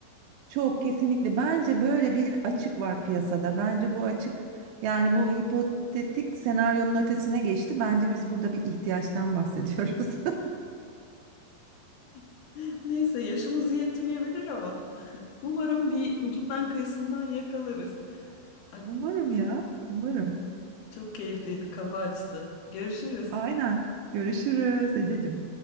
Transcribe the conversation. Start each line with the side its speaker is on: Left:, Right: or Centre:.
Right: Çok kesinlikle. Bence böyle bir açık var piyasada. Bence bu açık yani bu hipotetik senaryonun ötesine geçti. Bence biz burada bir ihtiyaçtan bahsediyoruz. <laughs>
Left: <laughs> Neyse yaşımız yetmeyebilir ama <laughs> umarım bir ucundan kıyısından yakalarız. Ay,
Right: Umarım ya. Umarım.
Left: çok keyifliydi, kafa açtı. Görüşürüz.
Right: Aynen. Görüşürüz Ececiğim.